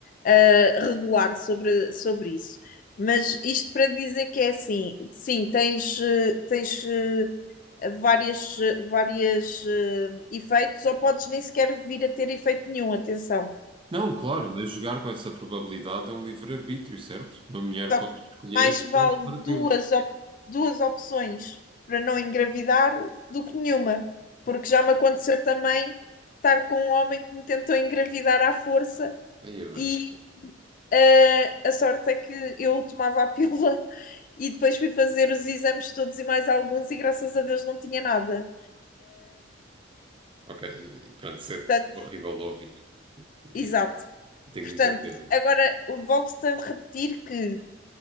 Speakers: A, on the left; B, on the right.
A: eh, regular sobre, sobre isso. Mas isto para dizer que é assim, sim, tens, eh, tens eh, várias, eh, várias eh, efeitos, ou podes nem sequer vir a ter efeito nenhum, atenção.
B: Não, claro, mas jogar com essa probabilidade é um livre-arbítrio, certo? Uma mulher
A: Só
B: pode
A: que
B: escolher
A: mais vale
B: não para pílula.
A: duas, op- duas opções para não engravidar do que nenhuma. Porque já me aconteceu também estar com um homem que me tentou engravidar à força
B: Aí é bem.
A: e eh, a sorte é que eu tomava a pílula <laughs> e depois fui fazer os exames todos e mais alguns e graças a Deus não tinha nada.
B: Ok, e pronto, isso é
A: Portanto,
B: horrível de ouvir.
A: exato.
B: E tenho
A: Portanto,
B: muita pena.
A: agora volto-te a repetir que